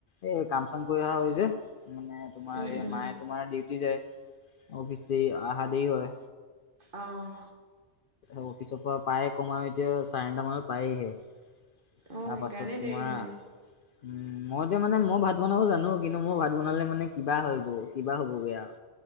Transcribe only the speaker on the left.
এই কাম চাম কৰি অহা হয় যে মানে তোমাৰ
এই
মায়ে তোমাৰ ডিউটি যায় অফিচ দি অহা দেৰি হয়।
অফিচৰ পৰা পায় কম আৰু এতিয়া চাৰে নটা মানত পায়হিহে।
তাৰ
পাছত তোমাৰ
উম। মই এতিয়া মানে মইও ভাত বনাব জানো কিন্তু মোৰ ভাত বনালে মানে কিবা হয় গো কিবা হ'বগে আও।